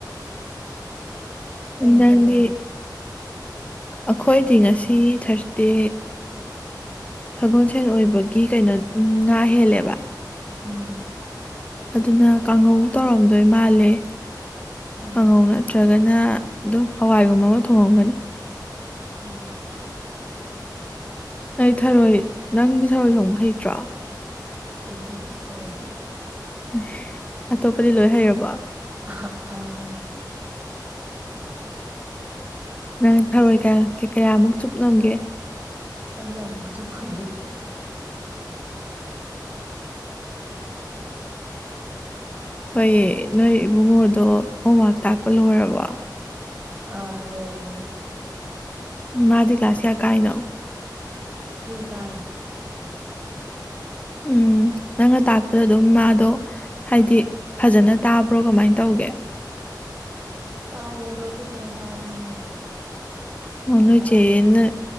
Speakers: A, on the right; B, on the left.
A: ꯀꯩ ꯃꯊꯦꯜ
B: ꯅꯪꯗꯒꯤ
A: ꯊꯣꯡꯉꯤꯅꯣ ꯆꯦ
B: ꯑꯩꯈꯣꯏꯗꯤ ꯉꯁꯤ ꯊꯥꯔꯁꯗꯦ ꯁꯒꯣꯜꯁꯦꯟ ꯑꯣꯏꯕꯒꯤ ꯀꯩꯅꯣ ꯎꯝ ꯉꯥ ꯍꯦꯜꯂꯦꯕ
A: ꯎꯝ
B: ꯑꯗꯨꯅ ꯀꯥꯡꯉꯧ ꯇꯧꯔꯝꯗꯣꯏ ꯃꯥꯜꯂꯦ
A: ꯑꯣ
B: ꯀꯥꯡꯉꯧ ꯅꯠꯇ꯭ꯔꯒ ꯑꯗꯨꯒꯅ ꯑꯗꯨꯝ ꯍꯋꯥꯏꯒꯨꯝꯕ ꯑꯃ ꯊꯣꯡꯉꯝꯒꯅꯤ
A: ꯑꯣꯝ
B: ꯅ ꯊꯔꯣꯏ ꯅꯪꯗꯤ ꯊꯔꯣꯏ ꯊꯣꯡꯕ ꯍꯩꯇ꯭ꯔꯣ
A: ꯍꯩꯇꯦꯗ ꯊꯔꯣꯏꯗꯤ
B: ꯑꯦ ꯑꯇꯣꯞꯄꯗꯤ ꯂꯣꯏ ꯍꯩꯔꯕꯣ
A: ꯑ ꯑꯏ
B: ꯅꯪ ꯊꯔꯣꯏ ꯀꯌꯥ ꯀꯌꯥꯃꯨꯛ ꯆꯨꯞ ꯉꯝꯒꯦ
A: ꯑꯩꯗꯤ ꯌꯥꯝꯃꯨꯛꯇ ꯉꯟꯗꯦ
B: ꯍꯣꯏ ꯅꯣꯏ ꯏꯕꯨꯡꯉꯣꯗꯣ ꯍꯣꯝꯋꯔꯛ ꯇꯥꯛꯄ ꯂꯣꯏꯕꯣ
A: ꯑꯥ ꯂꯣꯏꯔꯦ
B: ꯃꯥꯗꯤ ꯂꯁꯤꯌꯥ ꯀꯥꯏꯅꯣ
A: ꯊ꯭ꯔꯤ ꯀꯥꯔꯤꯅꯦ
B: ꯎꯝ ꯅꯪꯅ ꯇꯥꯛꯄꯗ ꯑꯗꯨꯝ ꯃꯥꯗꯣ ꯍꯥꯏꯗꯤ ꯐꯖꯅ ꯇꯥꯕ꯭ꯔꯣ ꯀꯃꯥꯏꯅ ꯇꯧꯒꯦ
A: ꯇꯥꯏꯑ ꯑꯗꯣ ꯑꯩꯈꯣꯏ ꯆꯦꯅ ꯇꯥꯕꯅ ꯍꯦꯜꯂꯦ
B: ꯑꯣ ꯅꯣꯏ
A: ꯃꯥꯅ
B: ꯆꯦꯅ
A: ꯂꯧꯕ